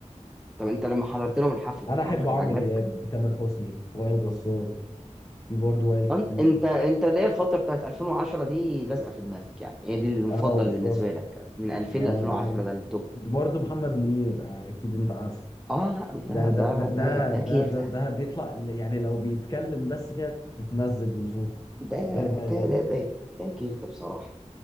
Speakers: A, in the centre; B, on the left (about 30°).
A: طب انت لما حضرت لهم الحفله
B: انا
A: الحفله
B: احب
A: كانت
B: عمرو
A: عاجباك
B: دياب تامر حسني وائل جسار في برضه وائل كفوري
A: انت انت انت اللي هي الفتره بتاعت 2010 دي لازقه في دماغك يعني هي دي المفضل
B: اه بالظبط
A: بالنسبه لك من 2000
B: اه
A: ل 2010
B: دي حقيقة
A: ده التوب
B: برضه محمد منير آه، اكيد انت عارف
A: اه لا انت
B: ده ده
A: ده
B: ده ده
A: ده ده
B: ده
A: كيف
B: ده,
A: ده
B: ده بيطلع يعني لو بيتكلم بس كده تتمزج من صوته
A: ده
B: من غير ما يغني
A: ده ده ده, ده كيف ده بصراحه